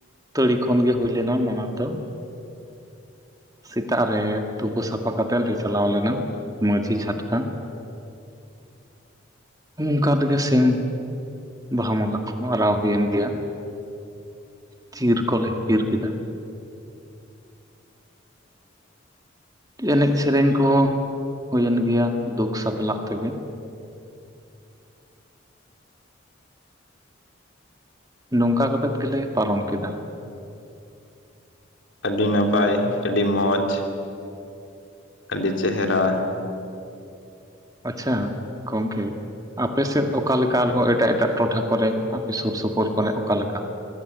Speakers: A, on the right (about 20°); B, on the left (about 70°).
A: ᱛᱟᱹᱲᱤ ᱠᱷᱚᱱᱜᱮ ᱦᱩᱭ ᱞᱮᱱᱟ ᱢᱟᱱᱟᱣ ᱫᱚ ᱥᱮᱛᱟᱜ ᱨᱮ ᱛᱩᱯᱩ ᱥᱟᱯᱷᱟ ᱠᱟᱛᱮᱫ ᱞᱮ ᱪᱟᱞᱟᱣ ᱞᱮᱱᱟ ᱢᱟᱺᱡᱷᱤ ᱪᱷᱟᱴᱠᱟ ᱚᱱᱠᱟ ᱛᱮᱜᱮ ᱥᱮᱢ ᱵᱟᱦᱟ ᱢᱟᱞᱟ ᱠᱚᱦᱚᱸ ᱟᱨᱟᱣ ᱦᱩᱭᱮᱱ ᱜᱮᱭᱟ ᱪᱤᱨ ᱠᱚᱞᱮ ᱦᱤᱯᱤᱨ ᱠᱮᱫᱟ ᱮᱱᱮᱡ ᱥᱮᱨᱮᱧ ᱠᱚ ᱦᱩᱭᱮᱱ ᱜᱮᱭᱟ ᱫᱩᱠ ᱥᱟᱛᱞᱟᱜ ᱛᱮᱜᱮ ᱱᱚᱝᱠᱟ ᱠᱟᱛᱮᱫ ᱜᱮᱞᱮ ᱯᱟᱨᱚᱢ ᱠᱮᱫᱟ᱾
B: ᱟᱹᱰᱤ ᱱᱟᱯᱟᱭ ᱟᱹᱰᱤ ᱢᱚᱡᱽ ᱟᱹᱰᱤ ᱪᱮᱦᱨᱟ
A: ᱟᱪᱪᱷᱟ ᱜᱚᱝᱠᱮ ᱟᱯᱮ ᱥᱮᱫ ᱚᱠᱟᱮ ᱞᱮᱠᱟ ᱟᱨᱦᱚᱸ ᱮᱴᱟᱜ ᱮᱴᱟᱜ ᱴᱚᱴᱷᱟ ᱠᱚᱨᱮ ᱟᱯᱮ ᱥᱩᱨ ᱥᱩᱯᱩᱨ ᱠᱚᱨᱮᱜ ᱚᱠᱟᱞᱮᱠᱟ?